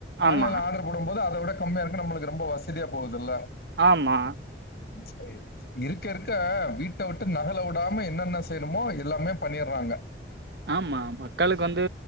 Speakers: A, on the right; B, on the left.
A: ஆமா,
B: ஆன்லைன்ல ஆர்டர் போடும் போது அத விட கம்மியா இருக்கு நம்மளுக்கு ரொம்ப வசதியா போகுதுல்ல
A: ஆமா
B: செரி செ இருக்க இருக்க வீட்ட விட்டு நகல விடாம என்னென்ன செய்யணுமோ எல்லாமே பண்ணிறாங்க
A: ஆமா மக்களுக்கு வந்து